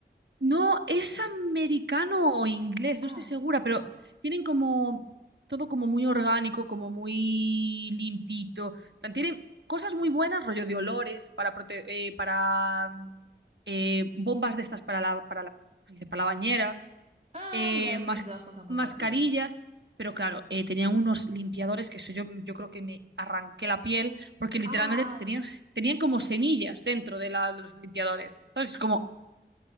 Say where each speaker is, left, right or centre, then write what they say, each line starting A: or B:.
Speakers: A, on the right (about 75°); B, on the right (about 40°).
A: No, es americano o inglés,
B: Ah.
A: no estoy segura, pero tienen como todo como muy orgánico, como muy limpito. En plan, Tienen cosas muy buenas, rollo de olores, para, prote- eh, para mm, eh, bombas de estas para la, para la, dice, para la bañera,
B: Ah,
A: eh,
B: mira,
A: mas-
B: sí, todas cosas muy
A: mascarillas,
B: divertidas.
A: pero claro, eh, tenían unos limpiadores que eso yo, yo creo que me arranqué la piel, porque literalmente
B: Ay.
A: te tenían, tenían como semillas dentro de, la- de los limpiadores, ¿sabes? Es como...